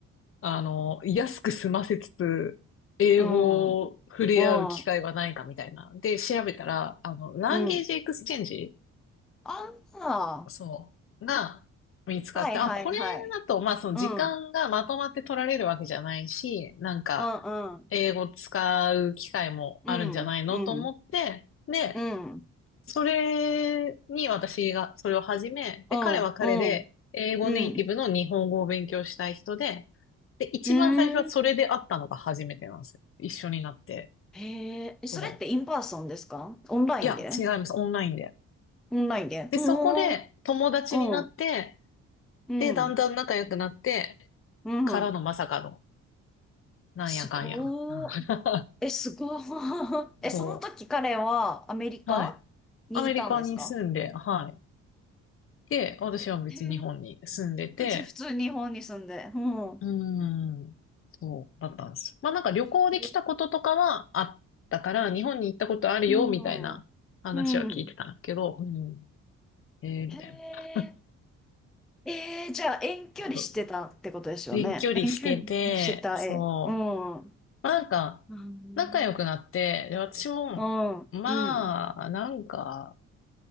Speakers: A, on the left; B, in the centre.
A: あの、安く済ませつつ、英語を触れ合う機会はないかみたいな。
B: うん。うん。う
A: で、調べたら、あの、ランゲージエクスチェンジ、
B: ん。ああ。
A: そう、が見つかって、
B: はいはいはい。
A: あ、これだと、まあ、その時間がまとまって取られるわけじゃないし、
B: うん。うん。
A: なんか、
B: うん。
A: 英語使う機会もあるんじゃないのと思って、
B: うん。うん。
A: で、
B: うん。
A: それに私がそれを始め、
B: うん、
A: で、彼は彼で英語ネイティブの日本語を勉強したい人で、
B: うん、うん。
A: で、一番最初はそれで会ったのが初めてなんですよ。
B: うーん、
A: 一緒になって。
B: へえ、それってインパーソンですかオンラインで
A: そう。いや、違います。オンラインで。
B: オンラインでうーん、
A: で、そこで友達になって、
B: うん、うん、
A: で、だんだん仲良くなって、
B: うん。
A: からのまさかの、なんやかんや。
B: すごー。
A: <laughs>
B: え、すごー。<laughs> え、その時彼はアメリカにいたんですか
A: そう。はい。アメリカに住んで、はい。で、私は別に日本に住んでて、
B: へえ、普通、普通日本に住んで。うん。
A: うーん、そうだったんです。まあなんか旅行で来たこととかはあったから、
B: すごー
A: 日本に行ったことあるよ、
B: うん、
A: みたいな話は聞いてたんだけど、
B: うん。
A: うん、えー、
B: へえ。
A: みたいな。
B: ええじゃあ遠距離してたってことですよね。
A: そう遠距離してて、
B: 遠距離してた絵。
A: そう。
B: うん。
A: まあなんか、
B: うん。
A: 仲良くなって、で、私も、
B: うん。うん。
A: まあ、
B: うん。
A: なんか、